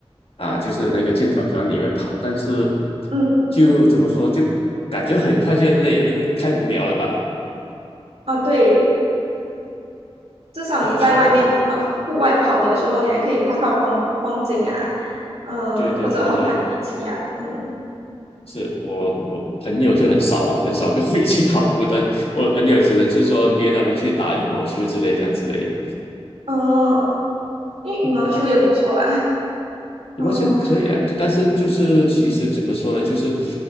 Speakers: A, on the left; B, on the right.
A: 啊，就是那个健身房里面跑，但是
B: 嗯，
A: 就怎么说，就感觉很快就累了，因为太无聊了吧，
B: 哦对，至少你在外面呃户外跑的时候，
A: 就跑。
B: 你还可以看看风风景啊，嗯、
A: 对对对对对，
B: 或者和朋友一起啊，嗯
A: 是我我朋友就很少了，很少跟 <laughs> 我一起跑步的，我的朋友只能是说约他们去打羽毛球之类这样子而已。
B: 哦，因为羽毛球也不错啊，
A: 嗯。羽毛球可以啊，
B: 哦，
A: 就但是就是其实怎么说呢，就是